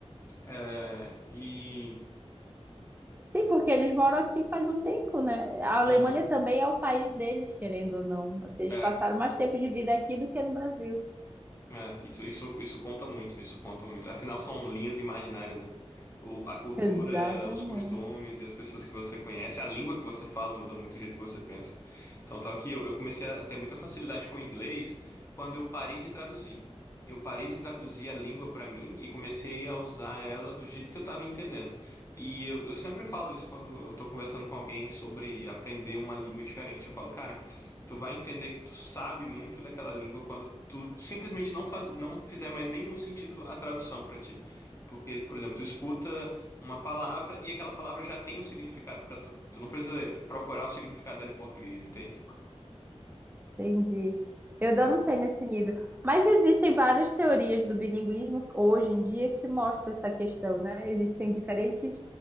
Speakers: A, on the left; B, on the right.
A: É, e.
B: Sim, porque eles moram aqui faz um tempo, né? A Alemanha
A: Aham.
B: também é o país deles, querendo ou não. Assim, Eles
A: É.
B: passaram mais tempo de vida aqui do que no Brasil.
A: É, isso, isso, isso conta muito, isso conta muito. Afinal, são linhas imaginárias, né? O, a cultura,
B: Exatamente.
A: os costumes e as pessoas que você conhece, a língua que você fala muda muito o jeito que você pensa. Então, tal que eu, eu comecei a ter muita facilidade com o inglês quando eu parei de traduzir. Eu parei de traduzir a língua pra mim e comecei a usar ela do jeito que eu tava entendendo. E eu, eu sempre falo isso quando eu tô conversando com alguém sobre aprender uma língua diferente. Eu falo, cara. Tu vai entender que tu sabe muito daquela língua quando tu simplesmente não faz, não fizer mais nenhum sentido a tradução pra ti. Porque, por exemplo, tu escuta uma palavra e aquela palavra já tem um significado pra tu. Tu não precisa procurar o significado dela em português, entende?
B: Entendi. Eu ainda
A: Eu-
B: não tenho nesse nível. Mas existem várias teorias do bilinguismo hoje em dia que mostram essa questão, né? Existem diferentes